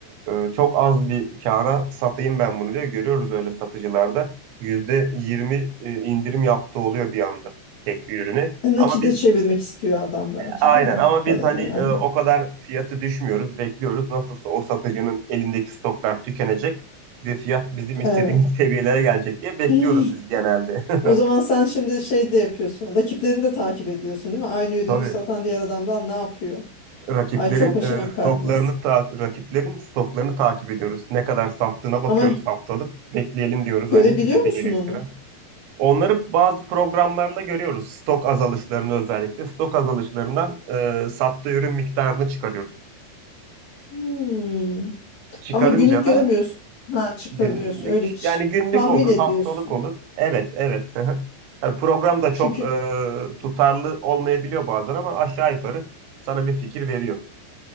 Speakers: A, on the right (about 85°); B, on the left (about 50°).
A: e, çok az bir kâra satayım ben bunu diyor. Görüyoruz öyle satıcılarda. %20 e, indirim yaptığı oluyor bir anda tek bir ürüne.
B: E, nakite
A: Ama biz
B: çevirmek istiyor adam belki
A: Aynen
B: değil mi?
A: ama
B: Para
A: biz hani
B: yani.
A: e, o kadar fiyatı düşmüyoruz, bekliyoruz. Nasılsa o satıcının elindeki stoklar tükenecek ve fiyat bizim istediğimiz
B: Evet.
A: <laughs> seviyelere gelecek diye bekliyoruz
B: <laughs>
A: biz genelde. <laughs>
B: O zaman sen şimdi şey de yapıyorsun. Rakiplerini de takip ediyorsun değil mi? Aynı ürünü
A: Tabii
B: satan diğer adamlar ne yapıyor?
A: rakiplerin
B: Ay çok meşakkatlis.
A: e, stoklarını ta- rakiplerin stoklarını takip ediyoruz. Ne kadar sattığına bakıyoruz
B: Ama
A: haftalık. Bekleyelim diyoruz
B: görebiliyor
A: hani bize
B: musun
A: de gelir
B: onu?
A: sıra. Onları bazı programlarla görüyoruz. Stok azalışlarını özellikle. Stok azalışlarından e, sattığı ürün miktarını çıkarıyoruz.
B: Hmm.
A: Çıkarınca
B: Ama günlük göremiyorsun.
A: da
B: Ha çıkarıyorsun.
A: Günlük.
B: Öyle ç-
A: Yani günlük
B: tahmin
A: olur,
B: ediyorsun.
A: haftalık olur. Evet, evet. <laughs> Yani program da çok
B: Çünkü
A: e, tutarlı olmayabiliyor bazen ama aşağı yukarı sana bir fikir veriyor.